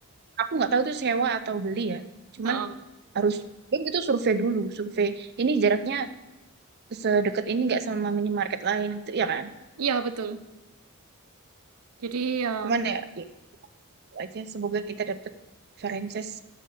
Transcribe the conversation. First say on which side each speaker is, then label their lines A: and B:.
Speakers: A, on the right; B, on the right.
A: aku nggak tahu itu sewa atau beli ya cuman
B: Oh, oh.
A: harus belum itu survei dulu survei ini jaraknya sedekat ini nggak sama minimarket lain itu ya kan
B: Iya betul. Jadi ya,
A: cuman ya, ya itu aja semoga kita dapet franchise